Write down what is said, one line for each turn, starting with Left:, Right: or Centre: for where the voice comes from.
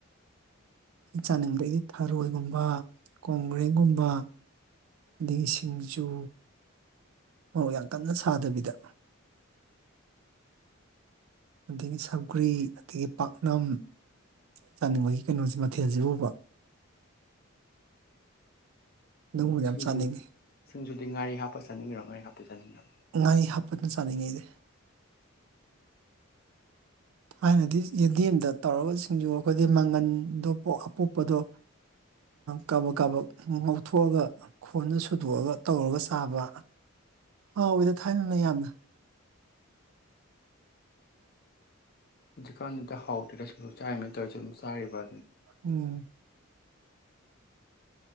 Right: ꯑꯩꯅ ꯆꯥꯅꯤꯡꯕꯗꯒꯤ ꯊꯔꯣꯏꯒꯨꯝꯕ, ꯀꯣꯡꯒ꯭ꯔꯦꯡꯒꯨꯝꯕ ꯑꯗꯒꯤ ꯁꯤꯡꯖꯨ, ꯃꯔꯣꯛ ꯌꯥꯝ ꯀꯟꯅ ꯁꯥꯗꯕꯤꯗ꯫ ꯑꯗꯒꯤꯗꯒꯤ ꯁꯧꯒꯔꯤ ꯑꯗꯒꯤ ꯄꯥꯛꯅꯝ, ꯆꯥꯅꯤꯡꯕꯒꯤ ꯀꯩꯅꯣꯁꯤ ꯃꯊꯦꯜꯁꯤꯕꯨꯕ꯫ <unintelligible> ꯌꯥꯝ
Left: ꯁꯤꯡꯖꯨ
Right: ꯆꯥꯅꯤꯡꯉꯤ꯫
Left: ꯁꯤꯡꯖꯨꯗꯤ ꯉꯥꯔꯤ ꯍꯥꯞꯄ ꯆꯅꯤꯉꯤꯔꯣ ꯉꯥꯔꯤ ꯍꯥꯞꯇ ꯆꯅꯤꯉꯤꯔꯣ?
Right: ꯉꯥꯔꯤ ꯍꯥꯞꯄꯅ ꯆꯥꯅꯤꯡꯉꯩꯗꯤ꯫ ꯑꯩꯅꯥꯗꯤ ꯌꯦꯟꯗꯦꯝꯗ ꯇꯧꯒꯁꯤꯡꯁꯨ ꯑꯩꯈꯣꯏꯗꯤ ꯃꯪꯒꯟꯗꯣ ꯑꯄꯣꯛꯄꯗꯣ ꯀꯕꯛ ꯀꯕꯛ ꯉꯧꯊꯣꯛꯑꯒ ꯈꯣꯟꯗ ꯁꯨꯗꯣꯛꯑꯒ ꯇꯧꯔꯒ ꯆꯥꯕ ꯍꯥꯎꯋꯤꯗ ꯊꯥꯏꯅꯅ ꯌꯥꯝꯅ
Left: ꯍꯧꯖꯤꯀꯥꯟ ꯍꯥꯎ ꯗꯔ꯭ꯦ ꯆꯔꯤꯃꯦ ꯇꯧꯔꯦꯁꯤ ꯎꯡ ꯆꯔꯤꯕꯥ
Right: ꯎꯝ